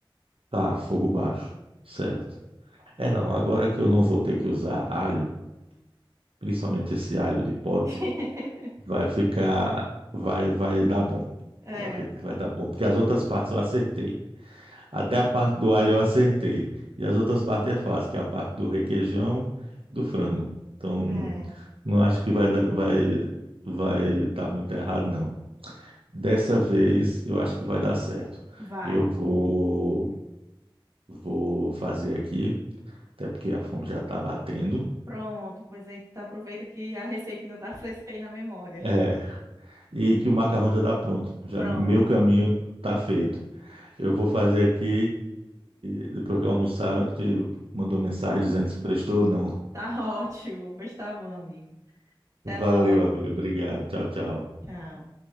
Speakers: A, on the right; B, on the right.
A: tá, fogo baixo, certo. É não, agora que eu não vou ter que usar alho, principalmente esse alho de pote,
B: <laughs>
A: vai ficar, vai, vai dar bom.
B: É,
A: Eu acredito que vai dar bom, porque as outras partes eu acertei. Até a parte do alho eu acertei. E as outras partes é fácil, que é a parte do requeijão, do frango. Então,
B: é.
A: não acho que vai dar- vai vai estar muito errado, não. Dessa vez eu acho que vai dar certo.
B: Vai.
A: Eu vou, vou fazer aqui, até porque a fome já está batendo.
B: Pronto, pois aí tu aproveita que a receita ainda tá fresca aí na memória.
A: É, e que o macarrão já está pronto. Já
B: Pronto,
A: meu caminho está feito. Eu vou fazer aqui e depois que eu almoçar, eu te mando uma mensagem dizendo se prestou ou não.
B: tá <laughs> ótimo. Pois tá bom, amigo. Até
A: Valeu,
B: logo.
A: amigo. Obrigado. Tchau, tchau.
B: Tchau.